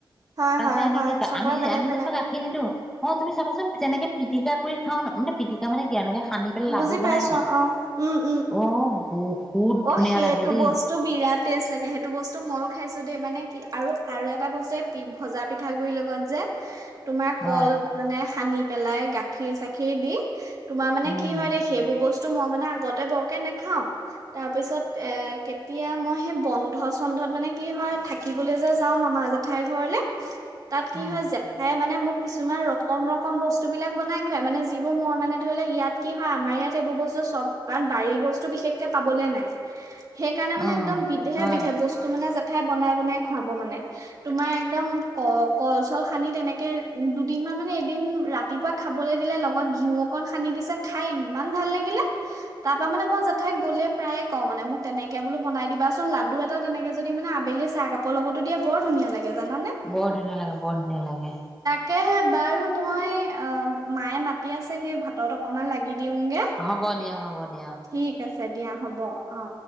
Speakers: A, on the right (about 45°); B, in the centre.
A: হয়
B: তাৰপিছত
A: হয়
B: এনেকে
A: হয় চবৰে
B: আমি
A: বেলেগ
B: আমি
A: বেলেগ
B: যেনিবা গাখীৰ নিদো অ তুমি চাবাচোন তেনেকে পি পিটিক কৰি খাওঁ মানে পিটিকা মানে কি আৰু এনেকে সানি পেলাই
A: বুজি
B: লাডু
A: পাইছো
B: বনাই খাওঁ
A: অ উম উম
B: অ হু বহুত
A: অ
B: ধুনীয়া
A: সেইটো
B: লাগে দেই।
A: বস্তু বিৰাট টেষ্ট লাগে সেইটো বস্তু মইয়ো খাইছোঁ দেই মানে। কি আৰু আৰু এটা বস্তু ভজা পিঠাগুৰিৰ লগত যে। তোমাৰ কল
B: অ
A: মানে। সানি পেলাই গাখীৰ চাখীৰ দি। তোমাৰ মানে
B: উম
A: কি হয় দে সেইবোৰ বস্তু। মই মানে আগতে বৰকে নাখাওঁ। তাৰ পিছত এ কেতিয়া মই সেই বন্ধ চন্ধত মানে কি হয়। থাকিবলৈ যে যাও মামা জেঠাইৰ ঘৰলে। তাত কি
B: উম
A: হয় জেঠাই মানে মোক। কিছুমান ৰকম ৰকম বস্তুবিলাক বনাই খুৱাই। মানে যিবোৰ মই মানে ধৰি লও ইয়াত কি হয়। আমাৰ ইয়াত এইবোৰ বস্তু চব কাৰণ বাৰী বস্তু বিশেষকে। পাবলে নাই। সেইকাৰণে মানে
B: উম
A: একদম বিধে
B: হয়
A: বিধে বস্তু মানে। জেঠাই বনাই বনাই খুৱাব মানে। তুমাৰ একদম ক কল চল সানি তেনেকে উ দুদিন মান মানে এদিন ৰাতিপুৱা খাবলৈ দিলে লগত ঘিউ অকন সানি দিছে খাই ইমান ভাল লাগিলে। তাৰ পৰাা মানে মই জেঠাইক গ'লে। প্ৰায়ে কওঁ মানে মোক তেনেকে বোলো। বনাই দিবাচোন লাডু এটা তেনেকে যদি মানে আবেলি চাহ কাপৰ লগতো দিয়ে বৰ ধুনীয়া লাগে। জানানে।
B: বৰ ধুনীয়া লাগে বৰ ধুনীয়া লাগে।
A: কেহে বাৰু মই অ মায়ে মাতি আছে। সি ভাতত অকমান লাগি। দিওঁগে
B: হ'ব দিয়া হ'ব দিয়া।
A: ঠিক আছে দিয়া হ'ব অ।